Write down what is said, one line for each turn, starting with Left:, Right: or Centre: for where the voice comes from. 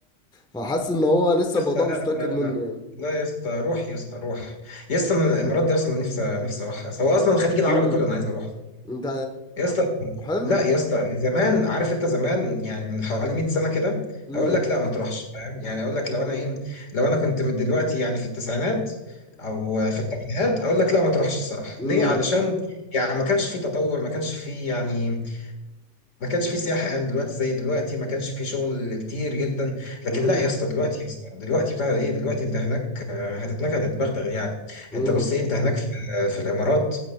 Centre: فحاسس ان هو لسه
Left: يا
Centre: الموضوع
Left: اسطى لا
Centre: مش متاكد
Left: لا لا
Centre: منه
Left: لا
Centre: يعني
Left: لا يا اسطى روح يا اسطى روح يا اسطى انا الامارات دي اصلا نفسي نفسي اروحها سواء اصلا الخليج العربي
Centre: امم
Left: كله انا عايز اروح
Centre: انت
Left: يا اسطى
Centre: حلو
Left: لا يا اسطى زمان عارف انت زمان يعني من حوالي 100 سنه كده
Centre: امم
Left: اقول لك لا ما تروحش فاهم يعني اقول لك لو
Centre: امم
Left: انا ايه لو انا كنت من دلوقتي يعني في التسعينات او في الثمانينات اقول لك لا ما تروحش الصراحه
Centre: امم
Left: ليه علشان يعني ما كانش في تطور ما كانش في يعني ما كانش في سياحة يعني دلوقتي زي دلوقتي ما كانش في شغل كتير جدا لكن
Centre: امم
Left: لا يا اسطى دلوقتي يا اسطى دلوقتي بتاع ايه دلوقتي انت هناك آه، هتتنكد هتتبغدغ يعني
Centre: امم
Left: انت بص ايه انت هناك في في الامارات